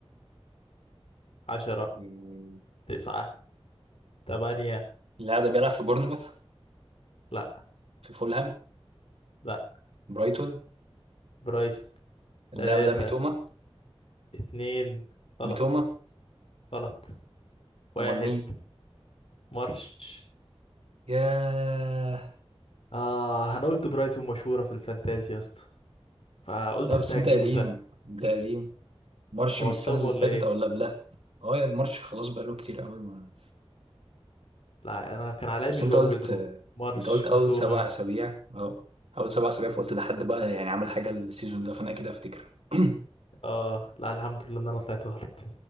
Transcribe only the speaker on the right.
آه،
اللاعب ده بيلعب في بورنموث
في فولهام
برايتون
اللاعب
ده ميتوما
ميتوما
امال مين
ياه
لا
بس
انت قديم
انت قديم مارش
من
السنه اللي
فاتت
او اللي قبلها اه يا المارش خلاص بقاله كتير قوي ما.
بس
انت
قلت
انت قلت اول
سبع اسابيع اه اول سبع اسابيع فقلت ده حد بقى يعني عمل حاجه السيزون ده فانا كده افتكر <clears throat>